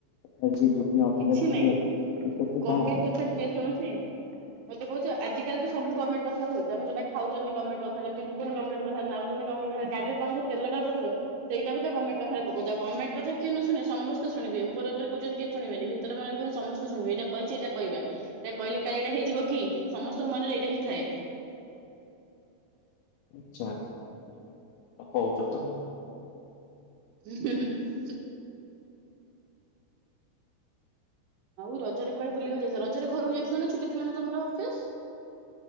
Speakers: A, on the left; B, on the right.
A: ତଥାବି ସେଇ ଦୁନିଆ ଅଧିକା
B: କିଛି
A: ଦେଖି
B: ନାଇଁ ଗଭର୍ଣ୍ଣମେଣ୍ଟ
A: <unintelligible>
B: କଥା କିଏ ଶୁଣୁଛି ମତେ କୋହୁଚ ଆଜିିକାଲି ତ ସବୁ ଗମେଣ୍ଟେ କଥାରେ ହୋଉଚି ଆମେ ଯୋଉଟା ଖାଉଚନ୍ତି
A: ହବ।
B: ଗମେଣ୍ଟ କଥାରେ ପିନ୍ଧୁଚନ୍ତି ଗମେଣ୍ଟ କଥାରେ ନାଉଚନ୍ତୁ ଗମେଣ୍ଟ କଥାରେ ଗାଡ଼ିରେ ତମେ ଯୋଉ ତେଲଟା ପ କୋଉଚ ସେଇଡ଼ା ବି ତ ଗମେଣ୍ଟ କଥାରେ ପକୋଉଚ ଆଉ ଗମେଣ୍ଟ କଥା କିଏ ନ ଶୁଣିବ ସମସ୍ତେ ଶୁଣିବେ <unintelligible> କୋହୁଛନ୍ତି କି ଶୁଣିବେନି ଭିତର ମନରେ କନ୍ତୁ ସମସ୍ତେ ଶୁଣିବେ ଏଇଟା କହିଚି ଏଇଟା କହିିବା ଏଟା କହିଲେ କାଳେ ଏଟା ହେଇଯିବ କି। ସମସ୍ତଙ୍କ ମନରେ ଏଇଡ଼ା ହିଁ ଥାଏ।
A: ଆଚ୍ଛା ଆଉ କୋହୁଚ। <unintelligible>
B: <unintelligible> ଆଉ ରଜରେ କୁଆଡେ ବୁଲିବାକୁ ଯାଇଥିଲା ରଜରେ ଘରୁକୁ ଯାଇଥିଲ ନା ଛୁଟି ଥିଲା ନା ତମର ଅଫିସ।